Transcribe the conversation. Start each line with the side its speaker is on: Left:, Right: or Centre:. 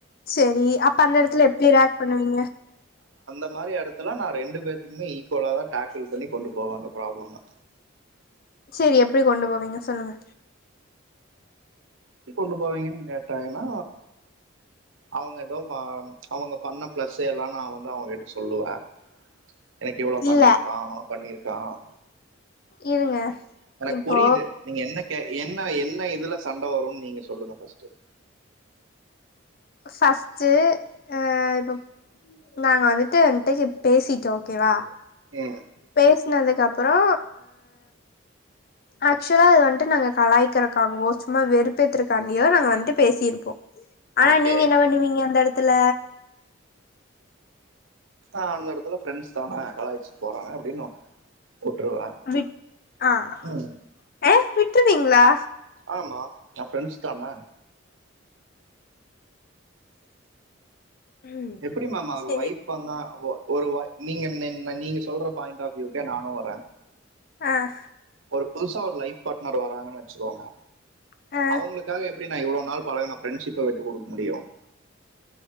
Left: செரி அப்ப அந்த இடத்துல எப்படி ரியாக்ட் பண்ணுவீங்க
Right: இந்த மாரி இடத்துலா நா ரெண்டு பேத்துக்குமே இஃகுவ குவலாதா டேக்குள் பண்ணி கொண்டு போவாங்க ப்ராப்ளதா
Left: செரி எப்படி கொண்டு போவீங்க சொல்லுங்க
Right: எப்படி கொண்டு போவீங்கனு கேட் டாங்கன்னா அவங்க ஏதோ ச்சு அவங்க பண்ண பிளஸ் எல்லா நான் வந்து அவங்ககிட்ட சொல்லுவேன் எனக்கு இவ்ளோ
Left: இல்ல
Right: பண்ணிருக்காங்க பண்ணிருக் ஆஹ்
Left: இருங்க
Right: எனக்கு
Left: இப்போ
Right: புரியுது நீங்க என்ன கேக் என்ன என்ன இதுல சண்டை வரும்னு நீங்க சொல்லுங்க ஃபஸ்ட்டு
Left: ஃபஸ்ட்டு அஹ் இப்ப நாங்க வந்துட்டு எண்டன்ஷீப் பேசிட்டோம் ஓகேவா
Right: ம்
Left: பேசினதுக்கு அப் அப்புறோ ஆக்சுவலா அது வந்துட்டு நாங்க கலாய்கிறதுக்காகோ சும்மா வெறுப்பேத்துரதுக்காண்டியோ நாங்க வந்துட்டு பேசியிருப்போம் ஆனா
Right: ஓகே
Left: நீங்க என்ன பண்ணுவீங்க அந்த இடத்து மத்துல
Right: ஆஹ் அந்த இடத்துல ஃப்ரென்ட்ஸ் தான கலாய்ச்சிப்போறாங்க அப்படின்னு விட்டுருவேன்
Left: வி்ய் ஆஹ்
Right: ம்
Left: ஏய் விட்ருவீங்களா
Right: ஆமா என் ஃப்ரெண்ட்ஸ் தான
Left: ம்
Right: எப்படிமாமா அவர்
Left: சேரி
Right: ஒய்ப் <unintelligible> வா ஒரு வாய் நீங்க நீங்க சொல்ற பாயிண்ட் ஆஃப் வியூகே நானு வரேன்
Left: ஆஹ்
Right: ஒரு புதுசா ஒரு லைஃ பார்ட்னர் வராங்க வச்சுக்கோங்க
Left: ஆ
Right: அவங்களுக்காக எப்படி இவ்வளவு நாள் பழகன ஃபிரெண்ட்ஷிப்ப விட்டுக் கொடுக்க முடியும்